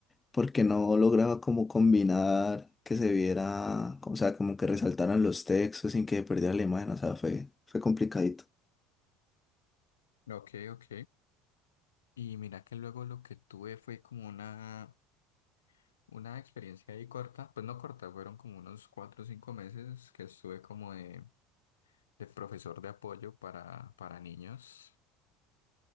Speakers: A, on the left; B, on the left.
A: porque no lograba como combinar que se viera, o sea, como que resaltaran los textos sin que perdiera la imagen, o sea, fue, fue complicadito.
B: ok, ok. Y mira que luego lo que tuve fue como una, una experiencia ahí corta, pues no corta, fueron como unos cuatro o cinco meses que estuve como de, de profesor de apoyo para, para niños,